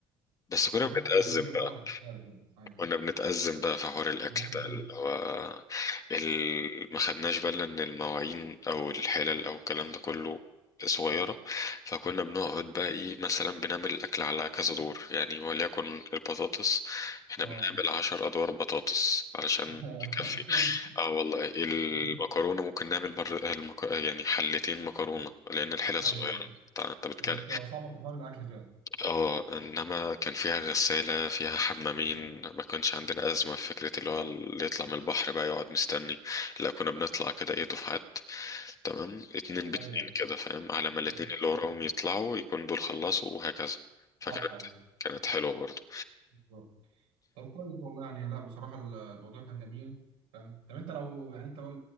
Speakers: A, on the left (about 30°); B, on the right (about 85°).
A: بس كنا
B: بالظبط
A: بنتأزم
B: هو كمان
A: بقى
B: فرق في السعر فعلا ايوه
A: كنا بنتأزم بقى في حوار الأكل
B: من ناحيه
A: ده
B: ايه؟
A: اللي هو ال- ما خدناش بالنا إن المواعين أو الحلل أو الكلام ده كله صغيرة فكنا بنقعد بقى إيه مثلا بنعمل الأكل على كذا دور يعني وليكن البطاطس إحنا
B: اه
A: بنعمل عشر أدوار بطاطس علشان
B: <laughs>
A: تكفي
B: اصلا
A: اه والله المكرونة
B: <laughs>
A: ممكن نعمل مر... المك... يعني حلتين مكرونة لأن الحلل
B: ايوه
A: صغيرة
B: ايوه
A: طبعاً أنت بتكلم
B: هي بتبقى صعبه في حوار الاكل فعلا
A: اه انما كان فيها غسالة فيها حمامين ما كانش عندنا أزمة في فكرة اللي هو اللي يطلع من البحر بقى يقعد مستني لا كنا بنطلع كده ايه دفعات تمام اتنين باتنين
B: ايوه ايوه
A: كده فاهم على ما الاتنين
B: بالظبط.
A: اللي وراهم يطلعوا يكون دول خلصوا وهكذا فكانت
B: صح
A: كانت حلوة برضه
B: أيوة. طب كويس والله يعني لا بصراحة الموضوع كان جميل فاهم طب انت لو يعني انت بقى